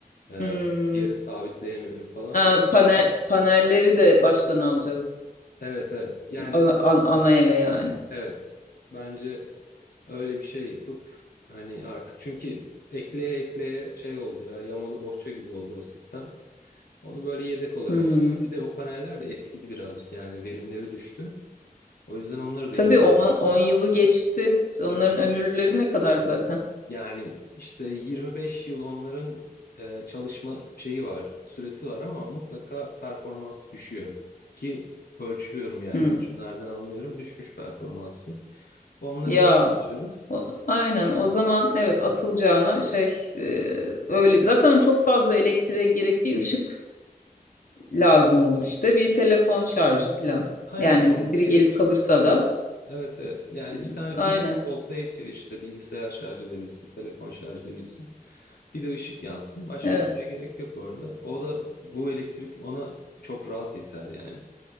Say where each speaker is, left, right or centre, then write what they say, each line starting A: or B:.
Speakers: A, on the left; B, on the left.
A: e,
B: Hmm.
A: yere sabitleyemiyorum falan.
B: Ha, pane- panelleri de baştan alacağız.
A: Evet evet yani
B: A-
A: da-
B: an- ana eve yani.
A: evet bence Öyle bir şey yapıp hani artık çünkü ekleye ekleye şey oldu ya yamalı bohça gibi oldu o sistem. Onu böyle yedek olarak
B: Hmm.
A: tutacağız. Bir de o paneller de eskidi birazcık yani verimleri düştü. O yüzden onları
B: Tabii
A: da yenilemek
B: on on
A: olur.
B: yılı geçti. Onların
A: Tabii.
B: ömürleri ne kadar zaten?
A: Yani işte 25 yıl onların e, çalışma şeyi var, süresi var ama mutlaka performans düşüyor. Ki ölçüyorum yani
B: Hı.
A: ölçümlerden anlıyorum düşmüş performansı. Onları
B: Ya
A: oraya taşırız.
B: o- aynen o zaman evet atılacağına şey e, öyle zaten çok fazla elektriğe gerek bir ışık lazım olur işte bir telefon şarjı filan.
A: Aynen
B: Yani
A: orada
B: biri
A: gerek
B: gelip kalırsa da
A: Evet evet. Yani
B: e,
A: bir tane
B: aynen
A: priz olsa yetiyor işte bilgisayar şarj edebilsin, telefon şarj edebilsin. Bir de ışık yansın. Başka
B: evet
A: bir şeye gerek yok orada. O da bu elektrik ona çok rahat yeter yani.